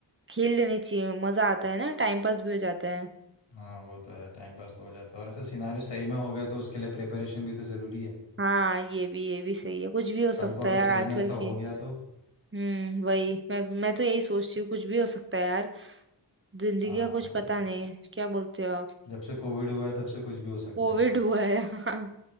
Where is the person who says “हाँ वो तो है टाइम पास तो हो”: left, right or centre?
Left